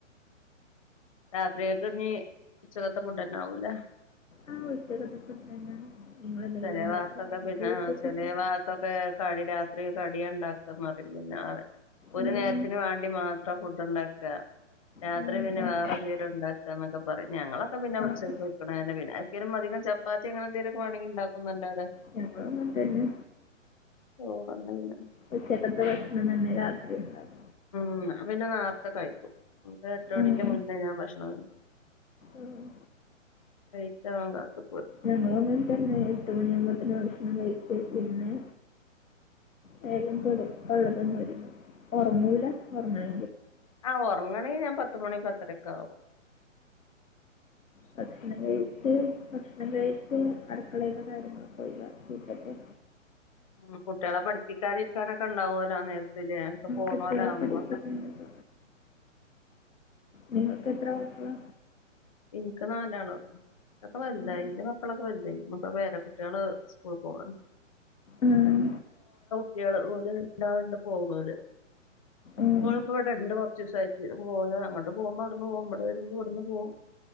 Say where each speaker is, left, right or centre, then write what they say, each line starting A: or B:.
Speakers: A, on the left (about 25°); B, on the left (about 80°).
A: രാത്രിയൊക്കെ കഞ്ഞീ ഉച്ചക്കത്തെ ഫുഡന്നാവൂലെ
B: ആ ഉച്ചക്കത്തെ ഫുഡ് തന്നെയാണ് നിങ്ങളെന്തെങ്കിലും
A: ചെറിയ
B: ഉണ്ടാക്കോ
A: ഭാഗത്തൊക്കെ
B: രാത്രികത്തെ
A: പിന്നെ ചെറിയ
B: ഫുഡ്?
A: ഭാഗത്തൊക്കെ കടി രാത്രി കടി ഒണ്ടാക്കാന്നത് പിന്നെന്നാവെ ഒരു
B: ഉം
A: നേരത്തിന് വേണ്ടി മാത്രം ഫുഡ് ഉണ്ടാക്ക രാത്രി
B: ഉം
A: പിന്നെ
B: ഉം
A: വേറെ എന്തെങ്കിലും ഒണ്ടാക്കാ എന്നക്കെ പറയും ഞങ്ങളൊക്കെ പിന്നെ ഉച്ചക്ക്
B: ആഹ്
A: വെയ്ക്കണ തന്നെ പിന്നെ ആർക്കേലുംമധികം ചപ്പാത്തി അങ്ങനെന്തെലുക്കെ വേണെങ്കി ഒണ്ടാക്കുന്നല്ലാതെ
B: ഞങ്ങളും അങ്ങനെ തന്നെ
A: ഓ വന്നത് തന്നെ
B: ഉച്ചക്കത്തെ ഭക്ഷണം തന്നെ രാത്രിയൊ ണ്ടാവും
A: ഉം ഞാ പിന്നെ നാളെത്തെ കഴിക്കും എട്ട് മണിന്റെ
B: ഉം.
A: മുന്നേ ഞാൻ ഭക്ഷ ണായി
B: ഉം.
A: പെയ്ത്തോ ങ്ങടെത്തും
B: ഞങ്ങളങ്ങനെ തന്നെ എട്ട് മണിയവുമ്പത്തേന് ഭക്ഷണം കഴിച്ച് പിന്നെ വേഗം കെടക്കാനുള്ളതിനൊരുങ്ങും ഉറങ്ങൂല ഉറങ്ങണെ
A: ആ ഒറങ്ങണെങ്കി ഞാൻ പത്ത്മണി പത്തരെക്കാവും
B: ഭക്ഷണം കഴിച്ച് ഭക്ഷണം കഴിച്ച് അടുക്കളയൊക്കെ കാര്യങ്ങളൊക്കെ ഒഴുവാക്കീട്ടൊക്കെ
A: മ്കുട്ടികളെപഠിപ്പിക്കാനിരിക്കാനൊക്കെണ്ടാവലോ ആ നേരത്തില് ഒക്കെ പോണോലാവ്
B: കുട്ടികളെ പഠിപ്പിക്കുന്നത്
A: മ്പോ
B: നിങ്ങക്ക് എത്ര മക്കളാ
A: എനിക്ക് നാലാള് ന്റോക്കെ വലുതായി
B: ഉം.
A: എന്റെ മക്കളൊക്കെ വലുതായി മ്മക്ക പേര കുട്ടിയള് സ്കൂൾ പോവാൻ
B: ഉം
A: കുട്ടിയള് ഓല് പോണോല് <unintelligible>
B: ഉം.
A: ഓലിപ്പോ ഇവിടുണ്ട് കൊറച്ചിസായിട്ട് പോ അങ്ങോട്ട് പോകുമ്പോ അവിട്ന്ന് പോവും ഇവിടെ വരുമ്പോ ഇവിടുന്ന് പോവും